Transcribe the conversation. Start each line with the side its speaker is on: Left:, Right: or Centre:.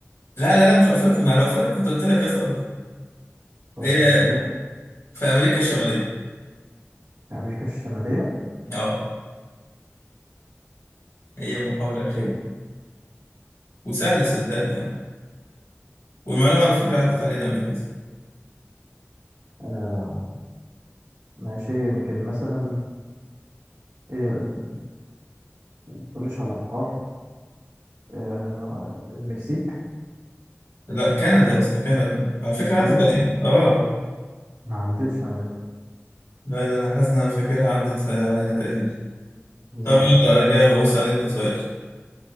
Left: لا لا لا مش في أفريقيا ما لو أفريقيا كنت قلت لك يا اسطى أفريقيا
Right: طب
Left: هي
Right: وانت ليه ما-
Left: في أمريكا الشمالية
Right: في امريكا الشماليه
Left: أه هي محاولة
Right: طب
Left: أخيرة
Right: إيه؟
Left: وسهل صدقني يعني والمعلومة على فكرة عدت علينا قبل كده
Right: آه ماشي يمكن مثلا ايه ال- ما تقولش على بحار آه المكسيك
Left: لا كندا يا اسطى كندا على فكرة عدت
Right: كندا
Left: علينا أه
Right: ما عدتش على
Left: لا ده أنا حاسس إن أنا فاكرها عدت علينا تقريبا
Right: لا
Left: طب يلا جاوب واسأل أنت سؤال